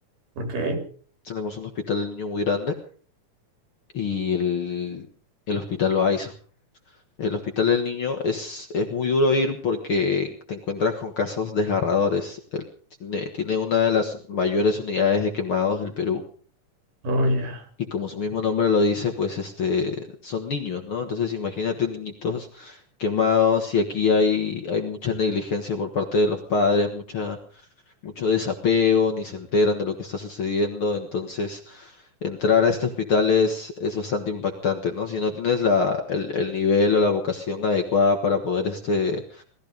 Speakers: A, on the right; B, on the left.
A: Ok,
B: Tenemos un Hospital del Niño muy grande y el, el Hospital Loaiza. El Hospital del Niño es, es muy duro ir porque te encuentras con casos desgarradores. El- tiene, tiene una de las mayores unidades de quemados del Perú
A: oh, ya.
B: y como su mismo nombre lo dice, pues este, son niños, ¿no? Entonces imagínate niñitos quemados y aquí hay, hay mucha negligencia por parte de los padres, mucha mucho desapego, ni se enteran de lo que está sucediendo, entonces entrar a este hospital es, es bastante impactante, ¿no? Si no tienes la, el, el nivel o la vocación adecuada para poder, este,